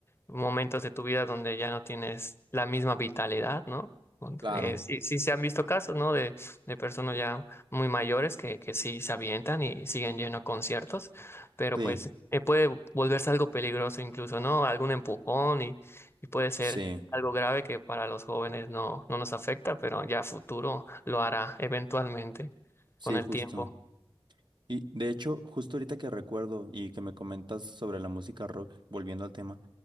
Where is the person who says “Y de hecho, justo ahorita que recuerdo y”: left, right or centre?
Right